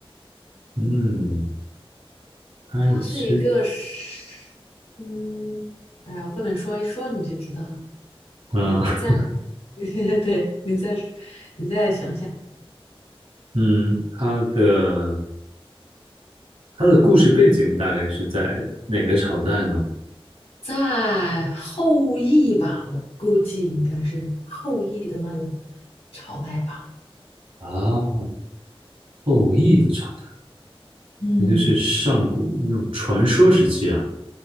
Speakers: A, on the right; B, on the left.
A: 嗯，它有些
B: 他是一个是，嗯，哎呀，我不能说，一说你就知道了。
A: 啊，
B: 你在。
A: <laughs>
B: <laughs> 对，你再你再想想，
A: 嗯，它的它的故事背景大概是在哪个朝代呢？
B: 在后羿吧，我估计应该是后羿的那个朝代吧。
A: 啊，后羿的朝代，
B: 嗯
A: 那就是上古那种传说时期啊。